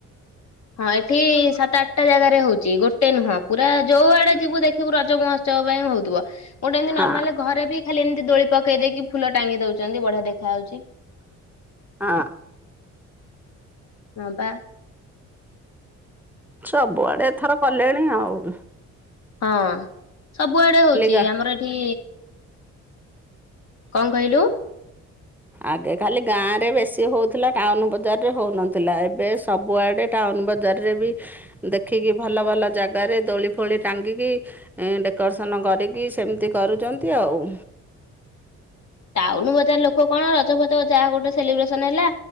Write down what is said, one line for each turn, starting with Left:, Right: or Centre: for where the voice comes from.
Left: ହଁ ଏଠି ସାତ ଆଠଟା ଜାଗାରେ ହଉଛି ଗୋଟେ ଗୋେ ନୁହଁ ପୁରାୋଉ ଆଡେ ଯିବୁ ଦେଖ ବୁ ରଜ ମହୋତ୍ସବ ପାଇଁ ହଉଥିବ ଗୋଟେମାଲ
Centre: ହଁ
Left: ଘରେ ବି ଖାଲି ଏମିତି ଦୋଳି ପକେଇ ଦେଇକି ଫୁଲ ଟାଙ୍ଗି ଦଉଛନ୍ତି ବଢିଆ ଦେଖାାଯାଉଛି।
Centre: ହଁ
Left: ହଁ ପା -
Centre: ହ ସବୁଆଡେ ଏଥର କଲେଣି ଆଉ ହ
Left: ହଁ ସବୁଆଡେ ହଉଛି
Centre: ଗା
Left: ଆମର ଏଠି କଣ କହିଲୁ
Centre: ଆଗେ ଖାଲି ଗାଁରେ ବେଶୀ ହଉଥିଲା ଟାଉନ ବଜାରରେ ହଉନଥିଲା ଏବେ ସବୁଆଡେ ଟାଉନ ବଜାରରେ ବି ଦେଖିକି ଭଲ ଭଲ ଜାଗାରେ ଦୋଳି ଫୋଳି ଟାଙ୍ଗିକି ଡେକୋରେସନ କରିକି ସେମିତି କରୁଛନ୍ତି ଆଉ
Left: ଟାଉନ ବଜାର ଲୋକ କଣ ରଜ ଫଜ ଯାହା ଗୋଟେ ସେଲିବ୍ରେସନ ହେଲା